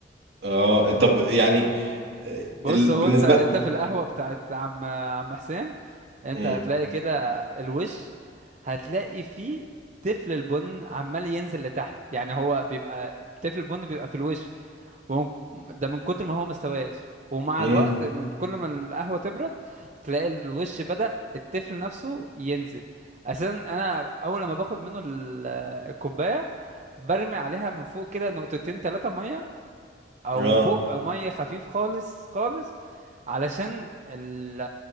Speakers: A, on the right; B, on the right.
A: اه طب يعني آه،
B: بص
A: ال...
B: هو
A: بالنسبة
B: انت انت في القهوه بتاعت عم عم حسين انت
A: امم
B: هتلاقي كده الوش هتلاقي فيه تفل البن عمال ينزل لتحت يعني هو بيبقى تفل البن بيبقى في الوش وهو ده من كتر ما هو مستواش ومع
A: امم
B: الوقت من- كل ما القهوة تبرد تلاقي الوش بدأ التفل نفسه ينزل اساسا انا اول لما باخد منه ال- الكوباية برمي عليها من فوق كده نقطتين ثلاثة مية او
A: اه
B: بق مية خفيف خالص خالص علشان ال-